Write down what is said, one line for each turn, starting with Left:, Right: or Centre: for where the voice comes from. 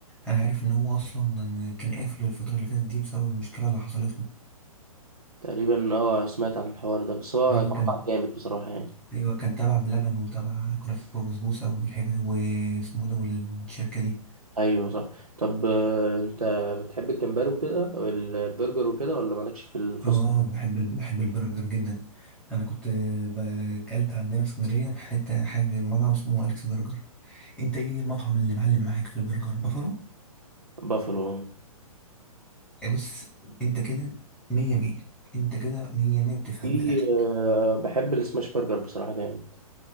Centre: انا عارف ان هو اصلا كان قافل الفتره اللي فاتت دي بسبب المشكله اللي حصلت له
Right: تقريبا اه سمعت عن الحوار ده بس هو
Centre: ايوه
Right: كان مطعم
Centre: كان
Right: جامد بصراحة يعني
Centre: ايوه كان تبع بلبن وتبع كنافه وبسبوسه والحته واسمه إيه ده والشركه دي
Right: ايوه صح طب آه، انت بتحب الجمبري وكده وال- البرجر وكده ولا مالكش في الفصل
Centre: اه بحب ال- بحب البرجر جدا انا كنت اكلت عندنا في اسكندريه في حته حاجه مطعم اسمه اليكس برجر انت ايه المطعم اللي معلم معاك في البرجر بافالو
Right: بافلو آه.
Centre: إيه، بص انت كده مية مية انت كده مية مية بتفهم
Right: في
Centre: في الاكل
Right: آه، بحب السماش برجر بصراحة جامد